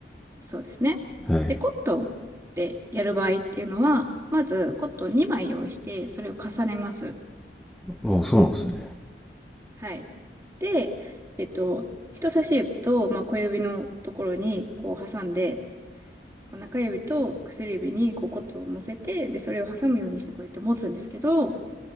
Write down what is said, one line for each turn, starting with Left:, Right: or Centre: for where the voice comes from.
Right: そうですね。
Centre: はい。
Right: で、コットンでやる場合っていうのは、まずコットン2枚用意して、それを重ねます。
Centre: おそうなんですね。
Right: はい。で、えっと、人差し指と、まあ、小指のところにこう挟んで、まあ中指と薬指にこうコットンを乗せて、で、それを挟むようにしてこうやって持つんですけど、ま